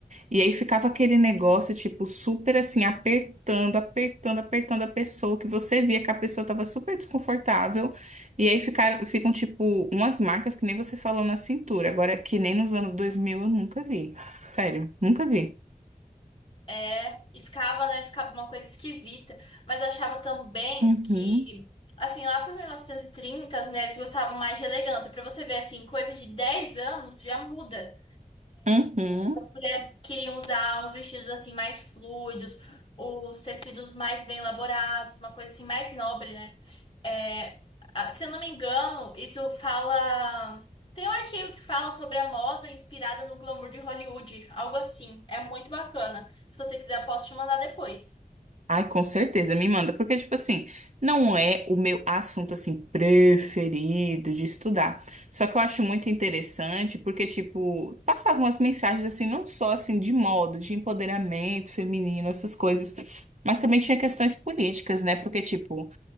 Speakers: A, on the right (about 50°); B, on the left (about 35°).
A: e aí ficava aquele negócio tipo super assim apertando, apertando, apertando a pessoa, que você via que a pessoa tava super desconfortável, e aí ficaram, ficam tipo umas marcas que nem você falou na cintura, agora que nem nos anos 2000 eu nunca vi. Sério, nunca vi.
B: É, e ficava, né, ficava uma coisa esquisita. Mas eu achava também
A: Uhum.
B: que, assim, lá por 1930, as mulheres gostavam mais de elegância. Pra você ver, assim, coisa de 10 anos já muda.
A: Uhum.
B: mulheres queriam usar uns vestidos assim mais fluidos, os tecidos mais bem elaborados, uma coisa assim mais nobre, né? É, a- se eu não me engano, isso fala. Tem um artigo que fala sobre a moda inspirada no glamour de Hollywood, algo assim. É muito bacana. Se você quiser, eu posso te mandar depois.
A: Ai, com certeza, me manda, porque, tipo assim, não é o meu assunto, assim, preferido de estudar. Só que eu acho muito interessante, porque, tipo, passavam as mensagens, assim, não só, assim, de moda, de empoderamento feminino, essas coisas, mas também tinha questões políticas, né? Porque, tipo,